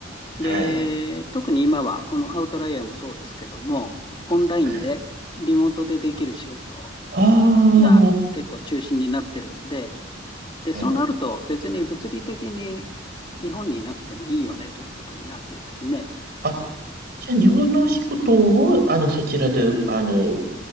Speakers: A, on the right; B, on the left.
A: はい。
B: で、特に今はこのアウトライヤーもそうですけども、オンラインでリモートでできる仕事
A: はい。あ
B: が結構中心になってるんで、で、
A: あ、
B: そうなると別に物理的に
A: ねえ。
B: 日本にいなくてもいいよねということになってですね。
A: あ、じゃあ日本のお仕事を、あの、そちらで、あの、